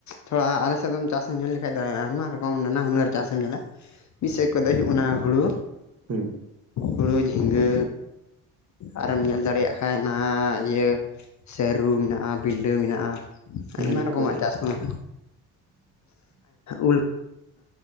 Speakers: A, on the left (about 40°); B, on the right (about 30°).
A: ᱛᱷᱚᱲᱟ ᱟᱞᱮᱥᱮᱫ ᱫᱚᱢ ᱪᱟᱥᱢ ᱧᱮᱞ ᱞᱮᱠᱷᱷᱟᱡ ᱫᱚ ᱟᱭᱢᱟ ᱨᱚᱠᱚᱢ ᱱᱟᱱᱟ ᱦᱩᱱᱟᱹᱨ ᱪᱟᱥᱮᱢ ᱧᱮᱞᱟ ᱢᱤᱫ ᱥᱮᱫ ᱠᱚᱫᱚ ᱦᱩᱭᱩᱜ ᱠᱟᱱᱟ ᱦᱩᱲᱳ
B: ᱦᱩᱸ
A: ᱦᱳᱲᱳ ᱡᱷᱤᱸᱜᱟᱹ ᱟᱨᱮᱢ ᱧᱮᱞ ᱫᱟᱲᱮᱭᱟᱜ ᱠᱷᱟᱡ ᱚᱱᱟ ᱤᱭᱟᱹ ᱥᱟᱹᱨᱩ ᱢᱮᱱᱟᱜᱼᱟ ᱵᱤᱰᱟᱹ ᱢᱮᱱᱟᱜᱼᱟ ᱟᱭᱢᱟ
B: ᱢᱟᱹᱨᱤᱪ
A: ᱨᱚᱠᱚᱢᱟᱜ
B: ᱠᱚ
A: ᱪᱟᱥ ᱠᱟᱱᱟ ᱩᱞ